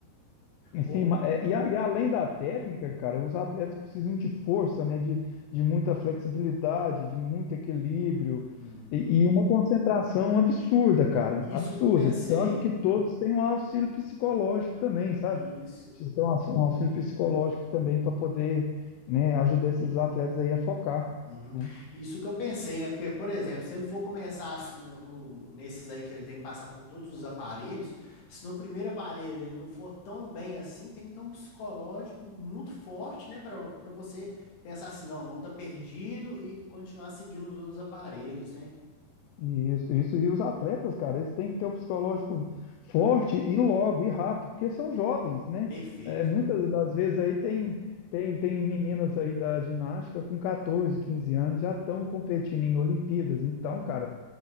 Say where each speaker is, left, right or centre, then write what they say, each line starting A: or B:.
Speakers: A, on the left; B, on the left.
A: Em
B: O...
A: cima, é, e, a- e além da técnica, cara, os atletas precisam de força, né? De, de muita flexibilidade, de muito equilíbrio
B: Uhum.
A: e, e uma concentração absurda, cara,
B: Isso
A: absurda.
B: que eu pensei.
A: Tanto que todos têm um auxílio psicológico também, sabe?
B: Isso.
A: Precisa ter um aux- um auxílio psicológico também para poder, né, ajudar esses atletas aí a focar,
B: Uhum.
A: né?
B: Isso que eu pensei, né? Porque, por exemplo, se ele for começar assim no, no- nesses aí que ele tem que passar por todos os aparelhos, se no primeiro aparelho ele não for tão bem assim, tem que ter um psicológico muito forte, né? Para para você pensar assim, não, não tá perdido e continuar seguindo os outros aparelhos, né?
A: Isso, isso. E os atletas, cara, eles têm que ter o psicológico forte e logo, e rápido, porque são jovens, né?
B: Perfeito.
A: É, muitas das vezes aí tem, tem, tem meninas aí da ginástica com catorze quinze anos, já estão competindo em Olimpíadas. Então, cara,